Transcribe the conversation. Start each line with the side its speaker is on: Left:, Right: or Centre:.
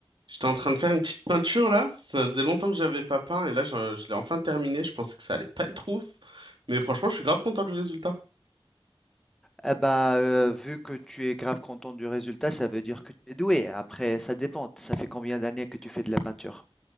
Right: J'étais en train de faire une petite peinture là, ça faisait longtemps que j'avais pas peint et là je, je l'ai enfin terminé, je pensais que ça allait pas être ouf, mais franchement je suis grave content du résultat.
Centre: Eh bah, heu, vu que tu es grave content du résultat, ça veut dire que tu es doué. Après, ça dépend. Ça fait combien d'années que tu fais de la peinture?